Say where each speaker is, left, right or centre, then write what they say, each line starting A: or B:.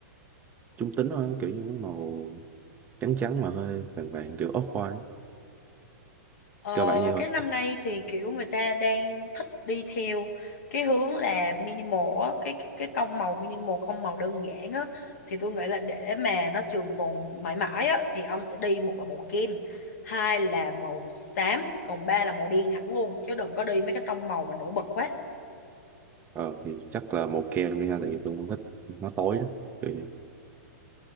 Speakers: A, on the right; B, on the left.
A: trung tính thôi, kiểu như mấy màu trắng trắng mà hơi vàng vàng kiểu off-white.
B: Ờ,
A: Cơ bản vậy thôi.
B: cái năm nay thì kiểu người ta đang thích đi theo cái hướng là minimal á, cái cái tông màu minimal không màu đơn giản á thì tôi nghĩ là để mà nó trường tồn mãi mãi á thì ông sẽ đi một là màu kem hai là màu xám còn ba là màu đen hẳn luôn chứ đừng có đi mấy cái tông màu mà nổi bật quá
A: Ờ thì chắc là màu kem đi ha, tại vì tôi không thích nó tối á. Vậy,